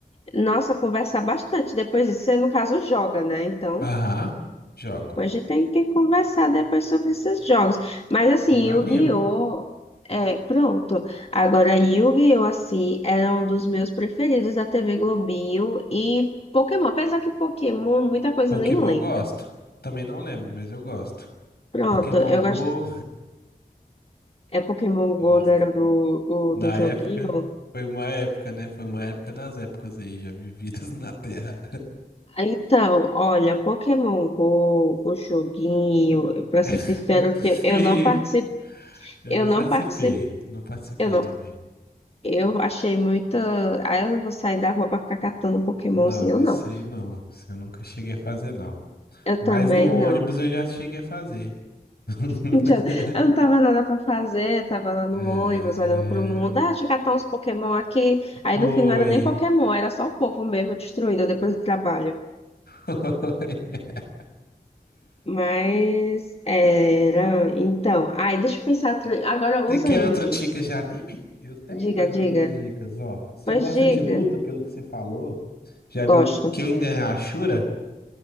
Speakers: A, on the left; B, on the left.
A: nossa, conversar bastante depois disso. Você, no caso, joga, né? Então.
B: Aham. Jogo.
A: A gente tem que conversar depois sobre esses jogos. Mas assim,
B: Eu animo.
A: Yu-Gi-Oh! É, pronto. Agora, Yu-Gi-Oh! assim, era um dos meus preferidos da TV Globinho e Pokémon. Apesar que Pokémon, muita coisa
B: Pokémon
A: eu nem lembro.
B: eu gosto. Também não lembro, mas eu gosto.
A: Pronto,
B: Pokémon
A: eu
B: Go,
A: gosto. É Pokémon
B: <laughs> gosto.
A: Go, não era do, o,
B: Na
A: do joguinho?
B: época, foi uma época, né? Foi uma época das épocas aí, já vividas na Terra.
A: Então, olha, Pokémon Go, o joguinho, pra ser
B: <laughs>
A: sincero,
B: Muito feio.
A: eu não participei,
B: Eu
A: eu
B: não
A: não
B: participei.
A: participei,
B: Não participei
A: eu não
B: também.
A: Eu achei muita. Ah, eu vou sair da rua pra ficar catando Pokémonzinho,
B: Não, esse
A: eu não.
B: aí não. Esse eu nunca cheguei a fazer, não.
A: Eu
B: Mas
A: também
B: no ônibus
A: não.
B: eu já cheguei a fazer. <laughs>
A: <laughs> Já- Eu não tava nada pra fazer, tava lá
B: É...
A: no ônibus olhando pro mundo. Ah, deixa eu catar uns Pokémon aqui. Aí
B: Oi.
A: no fim não era nem Pokémon, era só o povo mesmo destruído depois do trabalho.
B: Oi. <laughs>
A: Mas era. Então, ai, deixa eu pensar. outra- Agora
B: Você
A: os
B: quer
A: animes
B: outra
A: que.
B: dica de anime? Eu tenho
A: Diga,
B: mais
A: diga.
B: algumas dicas, ó. Você
A: Pois
B: gosta
A: diga.
B: de luta, pelo que você falou? Já viu
A: Gosto.
B: Kengan Ashura?